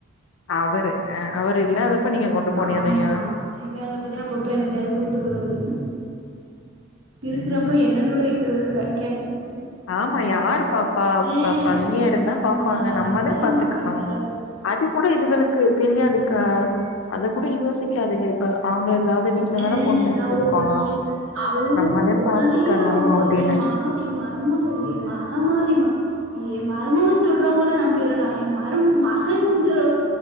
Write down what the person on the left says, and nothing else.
அவரு அஹ் அவரு இல்லாதப்ப நீங்க கொண்டு போனியதையா
ம்
ஆமா யாரு பாப்பா
பையே இருந்தா பாப்பாங்க நம்மதே
பாத்துக்கணு
அது கூட இதுகளுக்கு தெரியாதுக்கா
அது கூட யோசிக்காதுங்க இப்ப ஆம்பள இல்லாத வீட்டுலதானே
பொண்ணு எடுத்திருக்கோ
நம்மதா
பாத்துக்கணு
அப்டின்னு